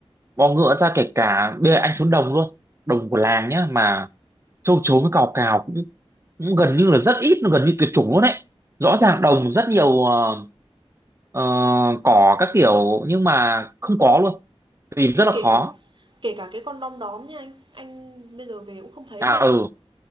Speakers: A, on the right (about 25°); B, on the right (about 50°).
A: bò ngựa ra kể cả bây giờ anh xuống đồng luôn đồng của làng nhá mà châu chấu với cào cào cũng, cũng gần như là rất ít gần như tuyệt chủng luôn đấy rõ ràng đồng rất nhiều ờ, ờ, cỏ các kiểu nhưng mà không có luôn tìm rất là
B: Kể
A: khó
B: cả kể cả cái con đom đóm nha anh, anh bây giờ về cũng không thấy
A: à
B: luôn.
A: ừ